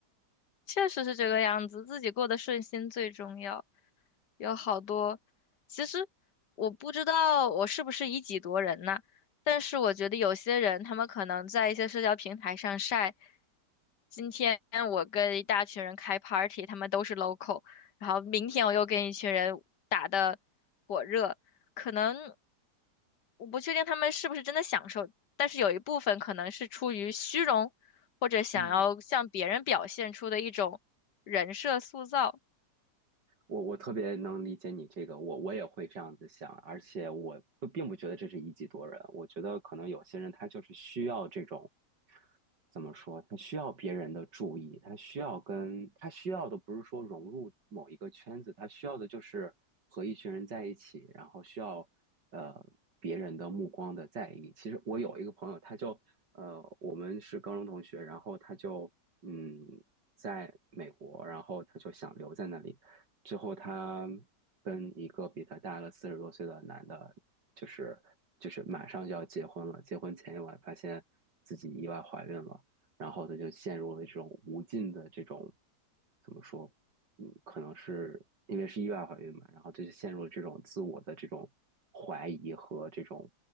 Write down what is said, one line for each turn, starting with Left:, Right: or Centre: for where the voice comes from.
Left: 确实是这个样子，自己过得顺心最重要。有好多，其实我不知道我是不是以己度人呐，但是我觉得有些人他们可能在一些社交平台上晒，今天我跟一大群人开 party，他们都是 local，然后明天我又跟一群人打的火热，可能我不确定他们是不是真的享受，但是有一部分可能是出于虚荣。或者想要向别人表现出的一种人设塑造。
Right: 嗯，我我特别能理解你这个，我我也会这样子想，而且我不并不觉得这是一己夺人，我觉得可能有些人他就是需要这种，怎么说，他需要别人的注意，他需要跟他需要的不是说融入某一个圈子，他需要的就是和一群人在一起，然后需要呃别人的目光的在意。其实我有一个朋友，他就呃我们是高中同学，然后他就嗯在美国，然后他就想留在那里。最后她跟一个比她大了四十多岁的男的，就是就是马上就要结婚了，结婚前一晚发现自己意外怀孕了，然后她就陷入了这种无尽的这种怎么说，嗯，可能是因为是意外怀孕嘛，然后她就陷入了这种自我的这种怀疑和这种。